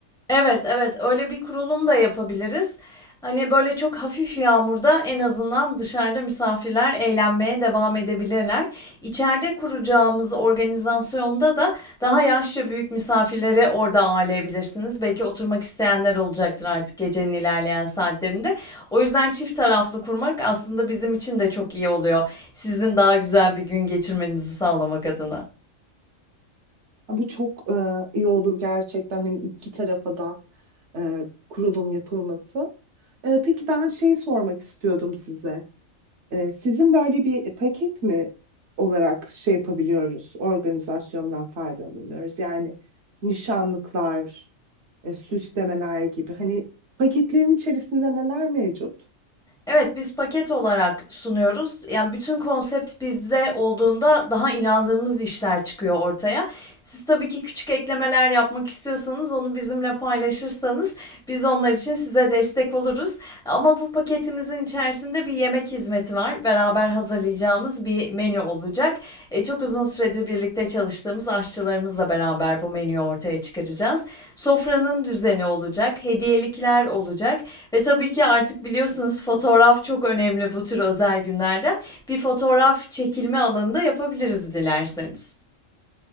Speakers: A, in the centre; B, on the right.
A: Evet, evet, öyle bir kurulum da yapabiliriz. Hani, böyle, çok hafif yağmurda en azından dışarıda misafirler eğlenmeye devam edebilirler. İçeride kuracağımız organizasyonda da daha yaşça büyük misafirleri orada ağırlayabilirsiniz. Belki oturmak isteyenler olacaktır artık gecenin ilerleyen saatlerinde. O yüzden çift taraflı kurmak aslında bizim için de çok iyi oluyor. Sizin daha güzel bir gün geçirmenizi sağlamak adına.
B: Ha, Bu çok e, iyi olur gerçekten. Hani iki tarafa da. e, kurulum yapılması. E, peki ben şeyi sormak istiyordum size. E, sizin böyle bir paket mi olarak şey yapabiliyoruz, organizasyondan faydalanıyoruz? Yani nişanlıklar, e, süslemeler gibi. Hani paketlerin içerisinde neler mevcut?
A: Evet, biz paket olarak sunuyoruz. Yani, bütün konsept bizde olduğunda daha inandığımız işler çıkıyor ortaya. Siz tabii ki küçük eklemeler yapmak istiyorsanız onu bizimle paylaşırsanız biz onlar için size destek oluruz. Ama bu paketimizin içerisinde bir yemek hizmeti var. Beraber hazırlayacağımız bir menü olacak. Eee, çok uzun süredir birlikte çalıştığımız aşçılarımızla beraber bu menüyü ortaya çıkaracağız. Sofranın düzeni olacak, hediyelikler olacak. Ve tabii ki artık biliyorsunuz fotoğraf çok önemli bu tür özel günlerde. Bir fotoğraf çekilme alanında yapabiliriz dilerseniz.